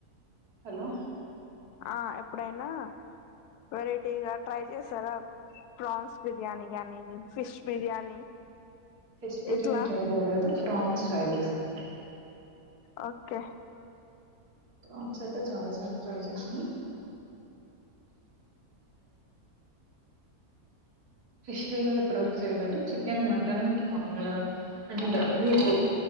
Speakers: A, on the right (about 85°); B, on the left (about 90°).
A: హలో!
B: ఆ ఎప్పుడైనా వెరైటీగా ట్రై చేసారా, ప్రాన్స్ బిర్యానీ గానీ ఫిష్ బిర్యానీ.
A: ఫిష్ బిర్యానీ
B: ఇట్లా
A: ట్రై చేయలేదు ప్రాన్స్. ట్రై చేశన్.
B: ఓకే
A: ప్రాన్స్ అయితే చాలా సార్లు ట్రై చేస్న ఫిష్ ఇప్పటి వరకు చేయలేదు, చికెన్ మటన్ నార్మల్గా అండ్ మీకు